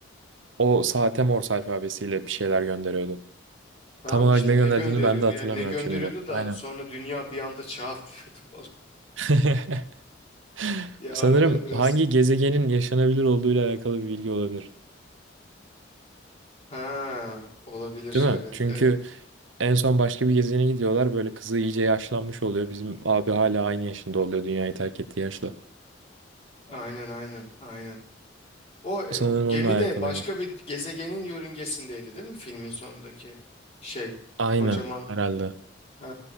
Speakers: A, on the right; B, on the left.
A: O saate Morse alfabesiyle bir şeyler gönderiyordu.
B: Tamam
A: Tam olarak
B: işte
A: ne gönderdiğini
B: ne gönderiyordu
A: ben de hatırlamıyorum
B: ya ne gönderiyordu
A: şimdi.
B: da
A: Aynen.
B: sonra dünya bir anda çağ atlıyordu falan. <laughs>
A: <laughs>
B: Ya
A: Sanırım
B: araları biraz
A: hangi gezegenin yaşanabilir olduğuyla alakalı bir bilgi olabilir.
B: Ha, olabilir.
A: Değil mi?
B: Evet,
A: Çünkü
B: evet.
A: en son başka bir gezegene gidiyorlar. Böyle kızı iyice yaşlanmış oluyor. Bizim abi hala aynı yaşında oluyor dünyayı terk ettiği yaşla.
B: Aynen, aynen, aynen. O, e,
A: Sanırım
B: o gemide
A: onunla alakalıydı.
B: başka bir gezegenin yörüngesindeydi, değil mi? Filmin sonundaki şey,
A: Aynen
B: kocaman.
A: herhalde.
B: Ha,